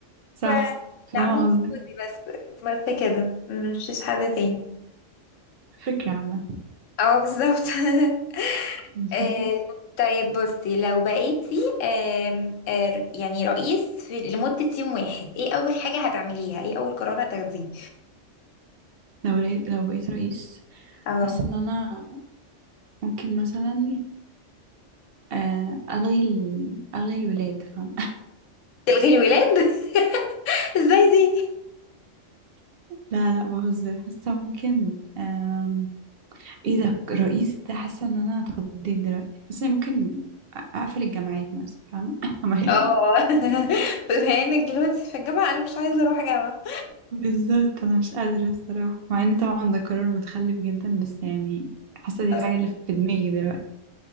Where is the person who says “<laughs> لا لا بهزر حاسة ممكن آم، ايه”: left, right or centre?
Right